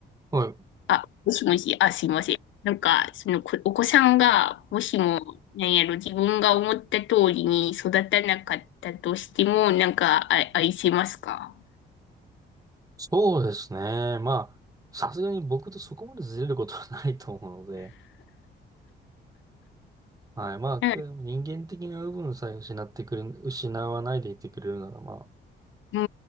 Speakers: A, on the right; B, on the left.
A: はい。
B: あ、もしもし、あ、すいません。なんか、そのこ、お子さんが、もしも、なんやろ、自分が思った通りに育たなかったとしても、なんか、あ、愛せますか
A: そうですね。まあ、さすがに僕とそこまでずれることはないと思うので、はい。まあ、
B: うん。
A: けど人間的な部分さえ失ってくれ、失わないでいてくれるなら、まあ、
B: うー